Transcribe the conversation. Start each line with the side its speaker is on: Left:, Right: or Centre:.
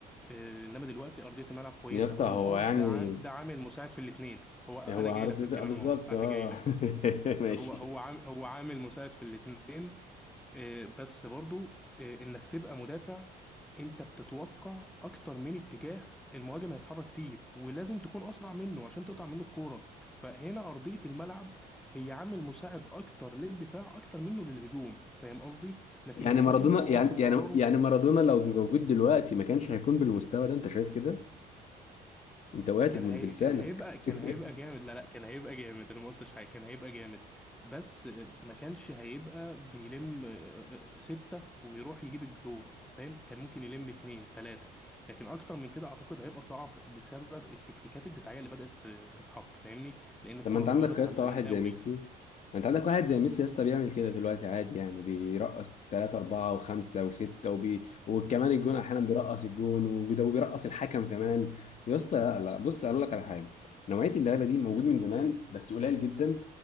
Centre: آه، انما دلوقتي ارضيه الملعب كويسه
Left: يا اسطى
Centre: هو
Left: هو
Centre: اه
Left: يعني
Centre: ده عا- ده عامل مساعد في الاثنين هو انا
Left: هو عرض
Centre: جاي لك في
Left: ده
Centre: الكلام
Left: آه، بالظبط
Centre: اهو انا
Left: اه
Centre: جاي لك
Left: <laughs> ماشي
Centre: هو هو عام هو عامل مساعد في الاثنين آه، بس برضو آه، انك تبقى مدافع انت بتتوقع اكتر من اتجاه المهاجم هيتحرك فيه ولازم تكون اسرع منه عشان تقطع منه الكوره فهنا ارضيه الملعب هي عامل مساعد اكتر للدفاع اكتر منه للهجوم فاهم قصدي لكن
Left: يعني
Centre: المهاجم
Left: مارادونا
Centre: هو
Left: يعني
Centre: واخد قراره
Left: يعني يعني مارادونا لو موجود دلوقتي ما كانش هيكون بالمستوى ده انت شايف كده انت وقعت
Centre: كان
Left: بم-
Centre: هي...
Left: بلسانك
Centre: كان هيبقى كان
Left: <laughs>
Centre: هيبقى جامد لا لا كان هيبقى جامد انا ما قلتش حاجه كان هيبقى جامد بس ما كانش هيبقى بيلم آه، آه، ستة ويروح يجيب الجون فاهم كان ممكن يلم اتنين تلاتة لكن اكتر من كده اعتقد هيبقى صعب بسبب التكتيكات الدفاعيه اللي بدأت تتحط فاهمني لان الكرة
Left: طب ما انت
Centre: اتغيرت
Left: عندك يا اسطى
Centre: عن زمان
Left: واحد
Centre: قوي
Left: زي ميسي ما انت عندك واحد زي ميسي يا اسطى بيعمل كده دلوقتي عادي يعني بيرقص ثلاثة أربعة وخمسة وستة وبي... وكمان الجون أحيانا بيرقص الجون وبي- وبيرقص الحكم كمان يا اسطى لا لا بص أقول لك على حاجة نوعية اللعيبة دي موجود من زمان بس قليل جدا